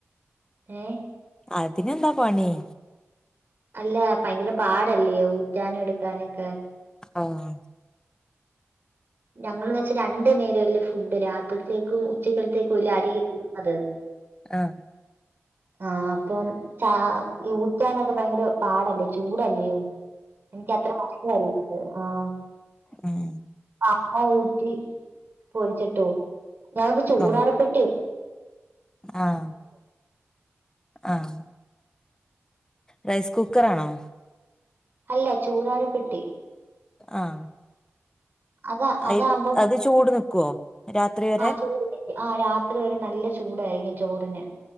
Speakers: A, on the right; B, on the left.
A: ഏഹ്
B: അതിനെന്താ പണി-
A: അല്ല ഭയങ്കര പാടല്ലേോ ഊറ്റാനും എടുക്കാനൊക്കെ
B: ആഹ്
A: ഞങ്ങള് വെച്ചാ രണ്ടു നേരല്ല ഫുഡ് രാത്രിത്തിലേക്കും ഉച്ചക്കളത്തേക്കയില അരി ഇടുന്നത് -
B: ആഹ്
A: ആഹ് അപ്പം ച ഊട്ടന്നൊക്കെ ഭയങ്കര പാടല്ലേ ചൂടല്ലോ എനിക്ക് അത്ര അറത് ആഹ്
B: ആഹ് -
A: അമ്മ ഊട്ടി പൊരിച്ചിട്ടോ ഞങ്ങക്ക് ചൂടാട
B: ഓഹ്
A: പെട്ടി
B: ആഹ് ആഹ് റൈസ് കുക്കറാണോ
A: അല്ല ചൂറാടെ പെട്ടി
B: ആഹ്
A: അതാ അതാകുമ്പം
B: അയ് അത് ചൂട് നിക്കുവോ രാത്രി വരെ
A: ആ ചൂട് നിക്കും ആ രാത്രി വരെ നല്ല ചൂടായിരിക്കും ചോറിന്